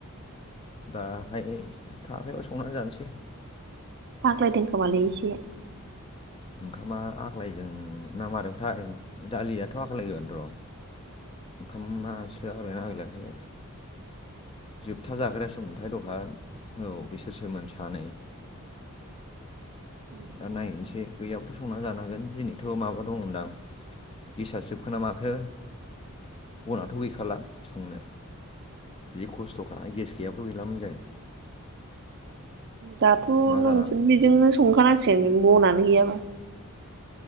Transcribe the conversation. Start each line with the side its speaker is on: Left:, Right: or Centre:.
Left: दाहाय थायाखैबा संनानै जानोसै।
Right: आग्लायदोंखोमालै एसे।
Left: ओंखामा आग्लायदों ना मादोंथाय दालियाथ' आग्लायगोन र' ओंखामासो आग्लायना आग्लायाखै जोबथा जाग्रायासोममोनथाय दहाय औ बिसोरसोमोन सानै।
Right: उम
Left: दा नायहनोसै गैयाबोथ' संना जानांगोन दिनैथ' माबा दंदां गेसाआ जोबखोना माखो बनाथ' गैखाला संनो जि खस्थ'खा गेस गैयाबाथ' गैलामोन जों।
Right: दाथ'
Left: मा
Right: नोंजों
Left: जाना
Right: बेजोंनो संखानांसिगोन <unintelligible> बना नो गैया बा।